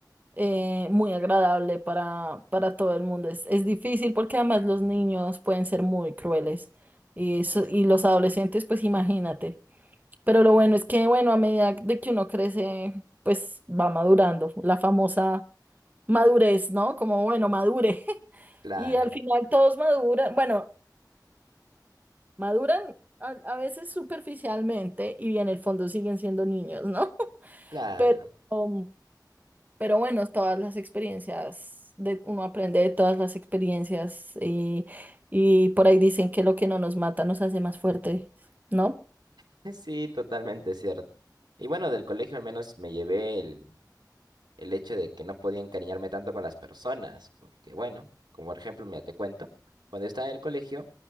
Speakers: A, on the right (about 25°); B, on the right (about 85°).
A: eh, muy agradable para, para todo el mundo. Es, es difícil porque además los niños pueden ser muy crueles y, eso- y los adolescentes, pues imagínate. Pero lo bueno es que, bueno, a medida de que uno crece, pues va madurando. La famosa madurez, ¿no? Como, bueno, madure. <laughs>
B: Claro.
A: Y al final todos maduran, bueno, maduran a, a veces superficialmente y en el fondo siguen siendo niños, ¿no?
B: Claro,
A: Pero, um, pero bueno, todas las experiencias, de, uno aprende de todas las experiencias y, y por ahí dicen que lo que no nos mata nos hace más fuerte, ¿no?
B: <laughs> sí, totalmente cierto. Y bueno, del colegio al menos me llevé el, el hecho de que no podía encariñarme tanto con las personas, porque bueno, como por ejemplo, mira, te cuento, cuando yo estaba en el colegio,